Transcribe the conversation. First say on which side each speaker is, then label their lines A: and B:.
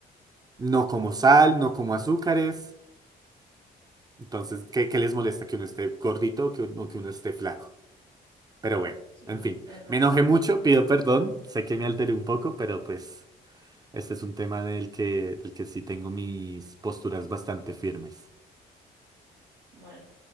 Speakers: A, on the right; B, on the right.
A: no como sal, no como azúcares, entonces, ¿qué, qué les molesta que uno esté gordito o que, uno- que uno esté flaco? Pero bueno,
B: Sí,
A: en fin,
B: es verdad.
A: me enojé mucho, pido perdón, sé que me alteré un poco, pero pues... Este es un tema del que, del que sí tengo mis posturas bastante firmes,
B: Bueno,